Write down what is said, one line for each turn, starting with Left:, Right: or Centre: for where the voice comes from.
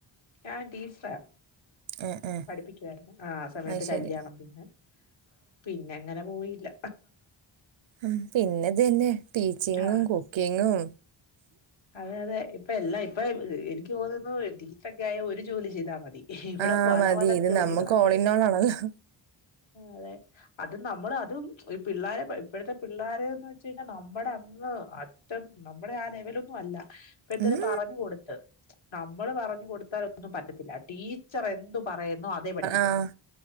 Left: ഞാൻ ടീച്ചറ
Right: ആഹ് ആഹ്
Left: പഠിപ്പിക്കുവായിരുന്നു ആ ആ സമയത്ത്
Right: അത് ശരി
Left: കല്യാണം പിന്നെ പിന്നെ അങ്ങനെ പോയില്ല.
Right: ആ പിന്നെതു തന്നെ ടീച്ചിങ്ങും
Left: ആഹ്
Right: കുക്കിങ്ങും.
Left: അതെ അതെ ഇപ്പ എല്ലാം ഇപ്പൊ എനിക്ക് തോന്നുന്നു ടീച്ചറൊക്കെ ആയ ഒരു ജോലി ചെയ്താ മതി. ഇവിടെ
Right: ആഹ്
Left: പല
Right: മതി
Left: പല
Right: ഇത്
Left: ജോലികളാ
Right: നമ്മക്ക് ഓൾ ഇൻ ഓൾ ആണല്ലോ
Left: അതെ അത് നമ്മൾ അതും ഈ പിള്ളോര ഇപ്പോഴത്തെ പിള്ളോരന്ന് വെച് കഴിഞ്ഞാൽ നമ്മുടെ അങ്ങ് നമ്മുടെ ആ ലെവലൊന്നും അല്ല ഇപ്പൊ എന്തായാലും
Right: ഉം
Left: പറഞ്ഞു കൊടുത്ത് നമ്മള് പറഞ്ഞു കൊടുത്താല ഒന്നും പറ്റത്തില്ല ടീച്ചർ എന്തും പറയുന്നു അതേ പഠിക്കത്തുള്ളൂ
Right: ആഹ്